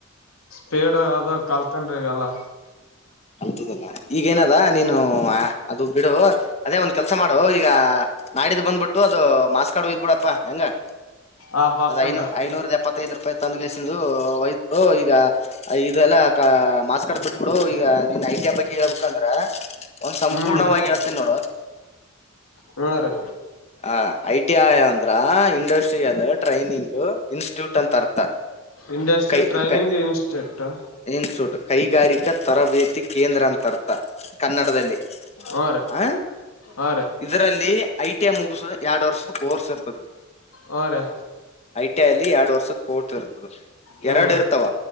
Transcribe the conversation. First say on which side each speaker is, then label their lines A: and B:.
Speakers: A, on the left; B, on the left.
A: ಪೇಡ ಅದ ಕಲ್ತನ್ರೀಗೆಲ್ಲ.
B: ತದಲ್ಲ ಈಗೇನದ ನೀನು ಅ ಅದು ಬಿಡು ಅದೇ ಒಂದ್ ಕೆಲಸ ಮಾಡು ಈಗ ನಾಡಿದು ಬಂದ್ಬಿಟ್ಟು ಅದು ಮಾಸ್ಕ್ ಆಡ ವೈದ್ ಬಿಡಪ್ಪಾ ಹೆಂಗ ಹ
A: ಆ ಬರ್ತನ್ರಿ
B: ಅದ್ ಐನೂ ಐನೂರ್ದೆಪ್ಪತ್ತೈದ್ ರೂಪಾಯಿ ತಂದಗೆಸಂದು ಒಯದ್ ಬಿಡು ಈಗ ಇದೆಲ್ಲಾ ಕ ಮಾಸ್ಕ್ ಕಾಡದ ಬಿಟ್ಬಿಡು ಈಗ ನೀನ್ ಐ ಟಿ ಐ ಬಗ್ಗೆ ಹೇಳ್ಬೇಕ ಅಂದ್ರ ಒಂದು ಸಂಪೂರ್ಣವಾಗಿ
A: ಹ್ಮ್
B: ಹೇಳ್ತೀನಿ ಕೇಳು
A: ಹ್ಮ ರೀ
B: ಅ ಐ ಟಿ ಐ ಅಂದ್ರ ಇಂಡಸ್ಟ್ರಿ ಟ್ರೈನಿಂಗ್ ಇನ್ಸ್ಟಿಟ್ಯೂಟ್ ಅಂತ ಅರ್ಥ
A: ಇಂಡಸ್ಟ್ರಿ
B: ಕೈ
A: ಟ್ರೈನಿಂಗ್
B: ಕೈ
A: ಇನ್ಸ್ಟಿಟ್ಯೂಟ್
B: ಇನ್ಸ್ಟಿಟ್ಯೂಟ್ ಕೈಗಾರಿಕಾ ತರಬೇತಿ ಕೇಂದ್ರ ಅಂತರ್ಥ ಕನ್ನಡದಲ್ಲಿ.
A: ಹ
B: ಆ
A: ರ
B: ಇದರಲ್ಲಿ ಐ ಟಿ ಐ ಮುಗಸುದ ಎರಡು ವರ್ಷದ ಕೋರ್ಸ್ ಇರ್ತದೆ.
A: ಹ ರೇ
B: ಐ ಟಿ ಐ ಅಲ್ಲಿ ಎರಡು ವರ್ಷದ ಕೋರ್ತ ಇರ್ತದ
A: ಹ್ಮ್
B: ಎರಡು ಇರ್ತಾವ